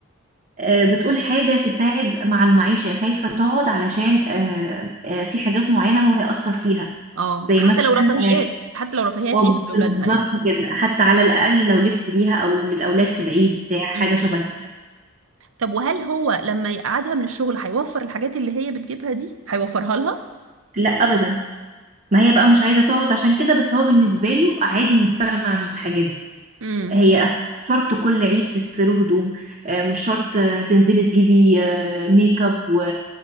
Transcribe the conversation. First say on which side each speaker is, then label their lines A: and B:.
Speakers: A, on the right; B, on the right.
A: آه، بتقول حاجه تساعد مع المعيشه يعني خايفه تقعد علشان آه، آه، في حاجات معينه هو هيأثر فيها
B: اه
A: زي
B: حتى
A: مثلا
B: لو رفاهيات
A: آه،
B: حتى لو رفاهيات
A: اه
B: ليها
A: بالظبط
B: لاولادها يعني
A: كده حتى على الأقل لو لبس ليها أو للأولاد في العيد بتاع حاجة
B: مم.
A: شبه كده
B: طب وهل هو لما يقعدها من الشغل هيوفر الحاجات اللي هي بتجيبها دي هيوفرها لها
A: لا أبدا ما هي بقى مش عايزة تقعد عشان كده بس هو بالنسبة له عادي نستغنى عن الحاجات دي
B: امم
A: هي مش شرط كل عيد تشتروا هدوم آه، مش شرط آه، تنزلي تجيبي آه، ميك اب و...